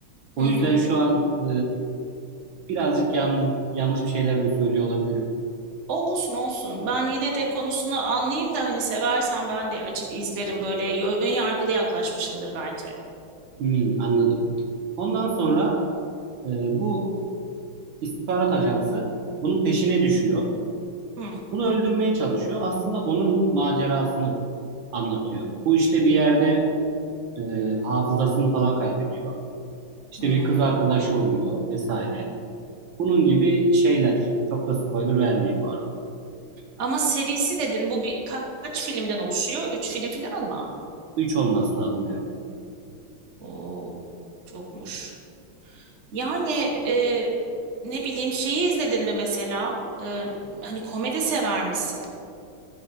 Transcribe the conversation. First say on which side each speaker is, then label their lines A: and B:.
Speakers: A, on the right; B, on the right.
A: O
B: hı,
A: yüzden
B: hı.
A: şu an e, birazcık yalnız, yanlış bir şeyler de söylüyor olabilirim.
B: Olsun olsun. Ben yine de konusunu anlayayım da hani seversen ben de açıp izlerim. Böyle ön yargılı yaklaşmışımdır belki.
A: Hmm, anladım. Ondan sonra e, bu istihbarat ajansı bunun peşine düşüyor.
B: Hı,
A: Bunu öldürmeye çalışıyor. Aslında onun macerasını anlatıyor. Bu işte bir yerde e, hafızasını falan kaybediyor. İşte
B: hı.
A: bir kız arkadaşı oluyor vesaire. Bunun gibi şeyler. Çok da spoiler vermeyeyim bu arada.
B: Ama serisi dedin bu bir kaç filmden oluşuyor? Üç film falan mı?
A: 3 olması lazım evet.
B: Oo, çokmuş. Yani e, ne bileyim şeyi izledin mi mesela? E, hani komedi sever misin?